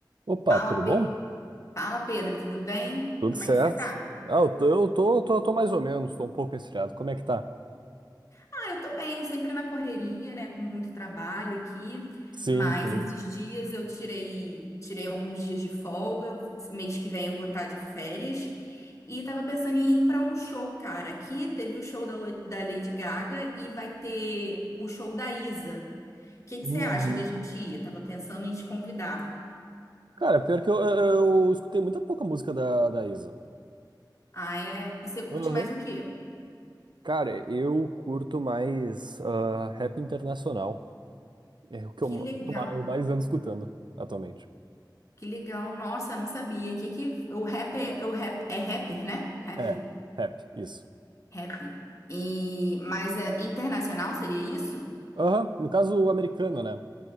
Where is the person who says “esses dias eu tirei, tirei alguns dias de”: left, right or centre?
Left